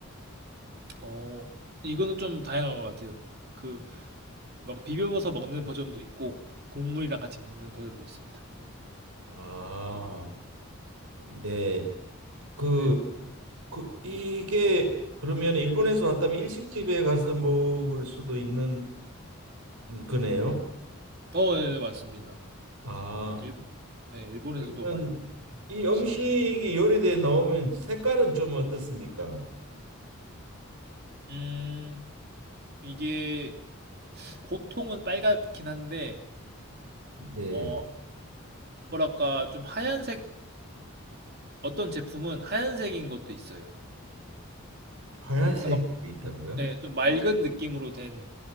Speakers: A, on the right (about 45°); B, on the right (about 85°).
A: 어, 이거는 좀 다양한 것 같아요. 그 막 비벼서 먹는 버전도 있고 국물이랑 같이 먹는 버전도 있습니다.
B: 아, 네. 그
A: 네.
B: 그 이게 그러면 일본에서 왔다면 일식집에 가서 먹을 수도 있는 거네요.
A: 어, 네, 네, 맞습니다.
B: 아,
A: 일본, 네, 일본에서도
B: 그러면
A: 많이 먹는
B: 이 음식이
A: 음식.
B: 요리돼 나오면 색깔은 좀 어떻습니까?
A: 음, 이게 보통은 빨갛긴 한데
B: 네,
A: 어, 뭐랄까 좀 하얀색 어떤 제품은 하얀색인 것도 있어요.
B: 하얀색이
A: 그러니까 막,
B: 있다고요?
A: 예, 좀 맑은 느낌으로 된